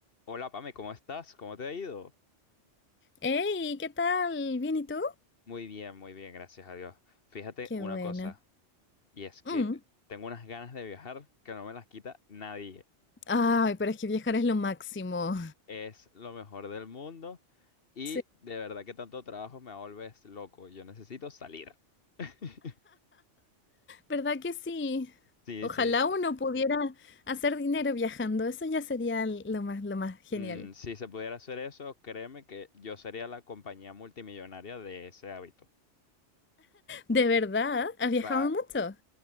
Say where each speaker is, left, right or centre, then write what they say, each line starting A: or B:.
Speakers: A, on the left; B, on the left.
A: Hola Pame, ¿cómo estás? ¿Cómo te ha ido?
B: Hey, ¿qué tal? ¿Bien y tú?
A: Muy bien, muy bien, gracias a Dios. Fíjate
B: Qué
A: una
B: bueno.
A: cosa, y es que
B: Mm.
A: tengo unas ganas de viajar que no me las quita nadie.
B: Ay, pero es que viajar es lo máximo.
A: Es lo mejor del mundo y
B: Sí.
A: de verdad que tanto trabajo me vuelves loco. Yo necesito salir. <laughs>
B: ¿Verdad que sí?
A: Sí,
B: Ojalá
A: sí.
B: uno pudiera hacer dinero viajando. Eso ya sería lo más, lo más genial.
A: Mm, si se pudiera hacer eso, créeme que yo sería la compañía multimillonaria de ese hábito.
B: ¿De verdad? ¿Has
A: Que
B: viajado
A: cla-
B: mucho?